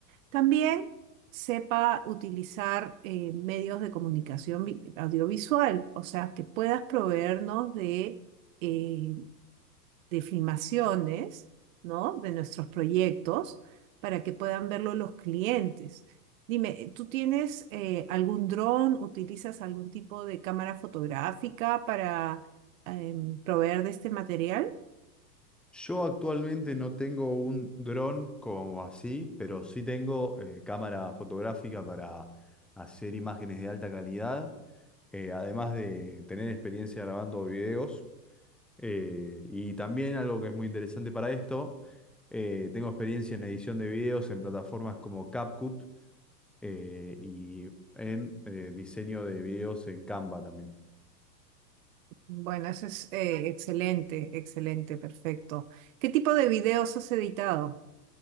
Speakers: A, on the right; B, in the centre.
A: también sepa utilizar eh, medios de comunicación vi- audiovisual, o sea, que puedas proveernos de, eh, de filmaciones, ¿no? De nuestros proyectos para que puedan verlo los clientes. Dime, ¿tú tienes eh, algún dron? ¿Utilizas algún tipo de cámara fotográfica para em, proveer de este material?
B: Yo actualmente no tengo un dron como así, pero sí tengo eh, cámara fotográfica para hacer imágenes de alta calidad, eh, además de tener experiencia grabando videos. Eh, y también algo que es muy interesante para esto, eh, tengo experiencia en edición de videos en plataformas como CapCut, eh, y en eh, diseño de videos en Canva también.
A: Bueno, eso es eh, excelente, excelente, perfecto. ¿Qué tipo de videos has editado?